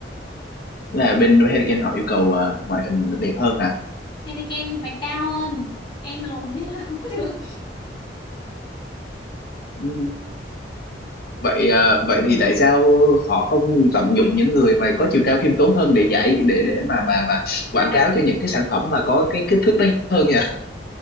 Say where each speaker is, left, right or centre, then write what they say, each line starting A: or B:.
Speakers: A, on the left (about 55°); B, on the left (about 25°).
A: là bên Hurricane họ yêu cầu à, ngoại hình đẹp hơn hả
B: Heineken phải cao hơn em lùn nên là <laughs> không được
A: Ừ. vậy à, vậy thì tại sao họ không tận dụng
B: Ê,
A: những người mà có chiều cao khiêm tốn hơn để giải để để mà mà mà quảng
B: không
A: cáo cho những cái sản phẩm mà có cái kích thước nó hơn nhỉ